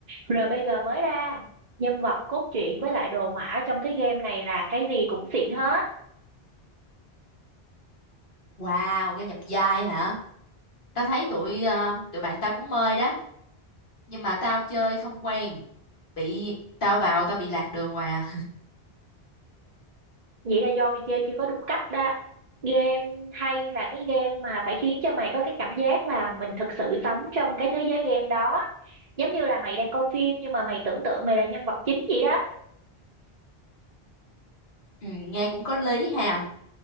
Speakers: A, on the right; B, on the left.
A: RPG mới ra. Nhân vật cốt truyện với lại đồ họa trong cái game này là cái gì cũng xịn hết.
B: Wow, game nhập vai hả? Tao thấy tụi ờ, tụi bạn tao cũng mê đó, nhưng mà tao chơi không quen. Bị tao vào tao bị lạc đường ngoài à.
A: Vậy là do mày chơi chưa có đúng cách đó. Game hay là cái game mà phải khiến cho mày có cái cảm giác là mình thực sự sống trong cái thế giới game đó. Giống như là mày đang coi phim nhưng mà mày tưởng tượng mày là nhân vật chính vậy đó.
B: Ừ, nghe cũng có lý ha.